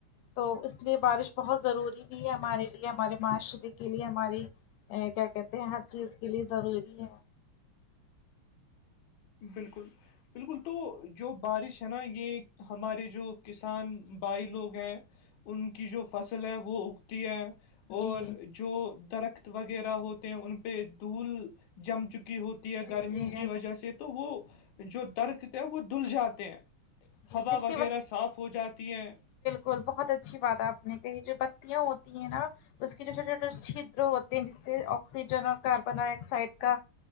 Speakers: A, on the left; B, on the left.
A: تو اس لیے بارش بہت ضروری بھی ہے ہمارے لیے ہمارے معاشرے کے لیے ہماری کیا کہتے ہیں ہر چیز کے لیے ضروری ہے
B: بالکل بالکل تو جو بارش ہے نا یہ ہمارے جو کسان بھائی لوگ ہیں ان کی جو فصل ہے وہ اگتی ہے
A: جی
B: اور جو درخت وغیرہ ہوتے ہیں ان پہ دھول جم چکی ہوتی ہے
A: جی
B: گرمیوں
A: جی
B: کی وجہ سے تو وہ جو درک ہے وہ دھل جاتے ہیں
A: جی
B: ہوا
A: جس
B: وغیرہ صاف ہو جاتی ہے
A: ول بہت اچھی بات ہے اپنے کہ یہ جو بتیاں ہوتی ہیں نا اس کے جو چھوٹے چھوے چدر ہوتے ہیں جس سے آکسیجن اور کاربن ڈائی آکسائڈ کا